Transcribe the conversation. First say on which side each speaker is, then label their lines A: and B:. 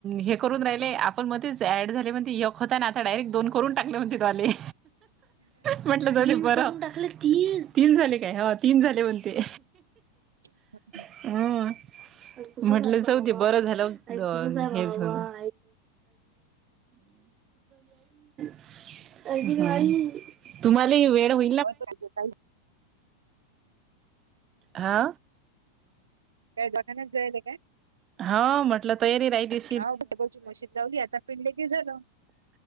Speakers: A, on the right; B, on the right.
A: हे करून राहिले आपण मध्येच ऍड झाले म्हण यक होता ना आता डायरेक्ट दोन करून टाकले म्हणतेले म्हटलं बरा <unintelligible> टाकलं ती तीन झाले काय ह तीन झाले बोलते
B: <unintelligible>
A: <unintelligible> म्हटलं जाऊदे बर झालं हो तेच ना <unintelligible> <unintelligible> तुम्हाला वेड <unintelligible>
B: <unintelligible>
A: हा.
B: काय डोकानात जायला काय
A: हा म्हटलं तयारी राहिलीस
B: हा <unintelligible> मशीन लावली आता पिले की झालं